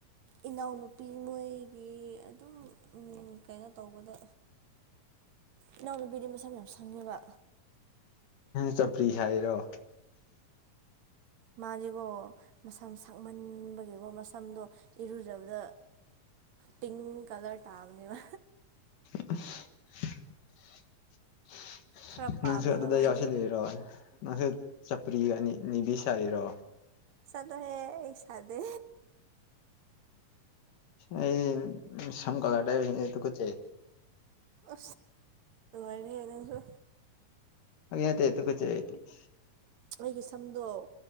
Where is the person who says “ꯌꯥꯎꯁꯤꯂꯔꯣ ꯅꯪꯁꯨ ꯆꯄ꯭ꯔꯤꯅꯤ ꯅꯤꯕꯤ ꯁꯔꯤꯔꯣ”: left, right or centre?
Left